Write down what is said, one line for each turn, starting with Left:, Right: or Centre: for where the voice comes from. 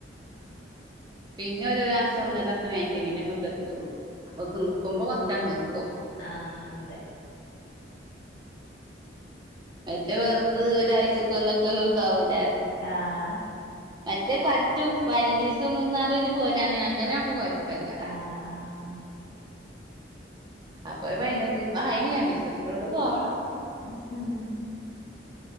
Left: ആഹ്
Right: പിന്നെ ഒരു മാസം ഒന്നരാസം കഴിഞ്ഞിട്ടേ പിന്നെ ഇങ്ങോട്ട് എത്തുള്ളൂ അപ്പൊക്ക നിക്കുമ്പോ കൊറച്ചെങ്ങാട്ട് നിക്കും
Left: ആഹ് അതെ
Right: മറ്റേ വെറുത് ഒരാഴ്ചക്കെ വന്നിട്ടൊന്നും ഇതാവില്ല
Left: ആഹ്
Right: മറ്റേ പറ്റുംപതിനഞ്ചു ദിവസം നിന്നാലും പിന്നെ പോരാണ് അങ്ങനെ ആവുമ്പോ കോയ പ്പല്ല
Left: ആഹ് ആഹ്
Right: അപ്പൊ പതിനഞ്ച് അയിന് രണ്ട് ദിവസത്തിന്റെ ഉള്ളിൽ പോവണം
Left: <unintelligible>